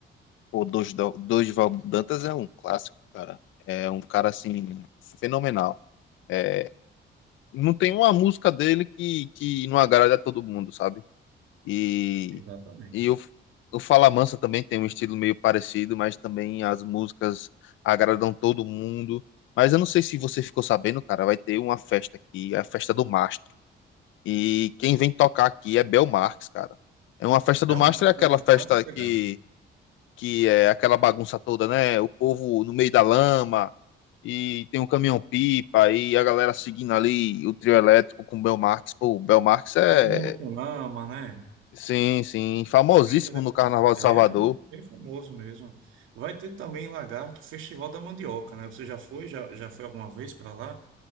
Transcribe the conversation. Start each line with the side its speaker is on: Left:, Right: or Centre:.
Left: Pô, Dorival Dorival Dantas é um clássico, cara. É um cara, assim, fenomenal. É, não tem uma música dele que, que não agrada a todo mundo, sabe? E,
Right: Exatamente.
Left: e o, o Fala Mansa também tem um estilo meio parecido, mas também as músicas agradam todo mundo. Mas eu não sei se você ficou sabendo, cara, vai ter uma festa aqui, a festa do Mastro. E quem vem tocar aqui é Bel Marques, cara. É uma festa do
Right: Belmarco
Left: Mastro, é aquela
Right: vai tocar,
Left: festa
Right: legal.
Left: que que é aquela bagunça toda, né? O povo no meio da lama, e tem um caminhão-pipa, e a galera seguindo ali o trio elétrico com o Belmarx, Pô, o Belmarx é,
Right: Todo mundo com lama, né?
Left: sim, sim, famosíssimo
Right: Bem interessante.
Left: no Carnaval
Right: É,
Left: de Salvador.
Right: é bem famoso mesmo. Vai ter também em Lagarto, Festival da Mandioca, né? Você já foi? Já, já foi alguma vez para lá?